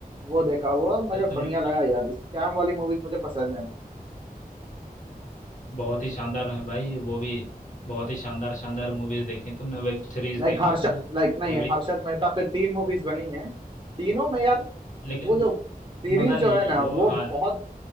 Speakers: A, on the right; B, on the left.
A: वो देखा हुआ मुझे
B: तो
A: बढ़िया
B: तुमने
A: लगा यार स्कैम वाली मूवीज मुझे पसंद है
B: बहुत ही शानदार है भाई वो भी बहुत ही शानदार शानदार मूवीज देखी हैं तुमने वेब सीरीज
A: लाइक
B: देखी
A: हर्ष
B: है तुमने
A: लाइक नहीं
B: जो भी
A: हर्षद मेहता पे तीन मूवीज बनी है तीनों में यार
B: लेकिन
A: वो जो सीरीज
B: मजा नहीं
A: जो है
B: है
A: ना
B: वो
A: वो
B: हाँ
A: बहुत